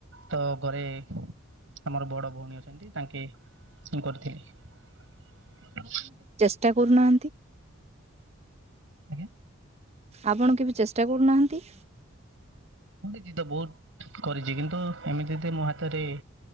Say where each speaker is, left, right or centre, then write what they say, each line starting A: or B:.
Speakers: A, on the right; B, on the right.
A: ତ ଘରେ ଆମର ବଡ ଭଉଣୀ ଅଛନ୍ତି ତାଙ୍କେ କରିଥିଲେ।
B: ଟା କରୁନାହାନ୍ତି।
A: ଆଜ୍ଞା।
B: ଆପଣ କେବେ ଚେଷ୍ଟା କରୁନାହାନ୍ତି?
A: ମୁଁ ଦେଖିଚି ତ ବହୁତ କରିଚି କିନ୍ତୁ ଏମିତି ତେ ମୋ ହାତରେ